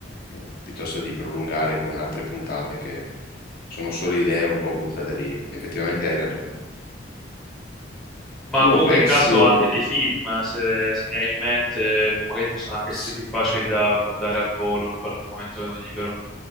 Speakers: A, on the left; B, in the centre.
A: eh, piuttosto di prolungare con altre puntate che sono solo idee un po' buttate lì. Effettivamente hai ragione.
B: Ma
A: Comunque,
B: comunque in caso
A: se
B: anche dei film, eh, se, se ne hai in mente, che magari possono anche
A: S-
B: essere più facili da guardare al volo in qualche momento libero.